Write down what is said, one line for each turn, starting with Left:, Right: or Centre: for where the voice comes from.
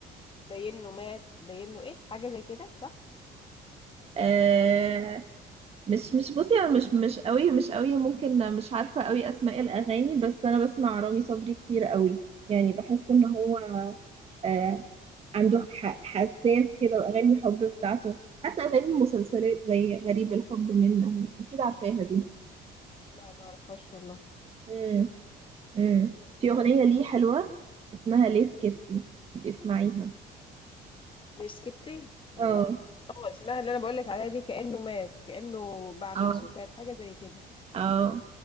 Left: باين انه مات باين انه ايه حاجه زي كده صح
Right: آه مش مش بصي انا مش مش قوي مش قوي ممكن مش عارفة قوي اسماء الاغاني بس انا بسمع رامي صبري كتير قوي يعني بحس ان هو آه عنده ح- حساس كده واغاني الحب بتاعته حتى اغاني المسلسلات زي غريب الحب منه اكيد عارفاها دي
Left: لا ما اعرفهاش والله
Right: مم. امم في أغنية ليه حلوة اسمها ليه سكتي اسمعيها
Left: ريسكبتي
Right: اه
Left: امم اه اسمها اللي انا بقولك عليها دي كأنه مات كأنه باع من
Right: اه
Left: سكات حاجة زي كده
Right: اه